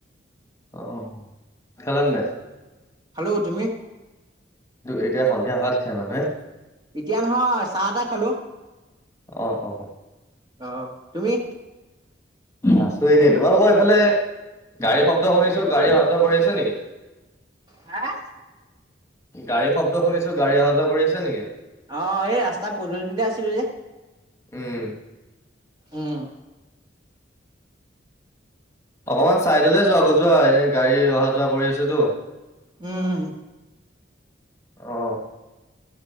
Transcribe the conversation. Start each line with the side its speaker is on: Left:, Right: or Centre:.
Left: অ', খেলা নে নাই?
Right: হেল্ল', তুমি
Left: এতিয়া সন্ধিয়া, ভাত খাই মানুহে?
Right: এতিয়া নহয়, চাহ-তাহ খালো।
Left: অ অ
Right: অ'হ তুমি?
Left: আছোঁ এনে, তোমালোকৰ এইফালে গাড়ীৰ শব্দ শুনিছোঁ, গাড়ী অহা-যোৱা কৰি আছে নেকি?
Right: হা
Left: গাড়ীৰ শব্দ শুনিছোঁ, গাড়ী অহা-যোৱা কৰি আছে নেকি?
Right: অ', এই ৰাস্তা পদূলিটোতে আছিলোঁ যে
Left: উম
Right: উম।
Left: অকণমান চাইডলৈ যোৱাগৈ যোৱা, এনেই গাড়ী অহা-যোৱা কৰি আছেতো
Right: উ'ম।
Left: অ'।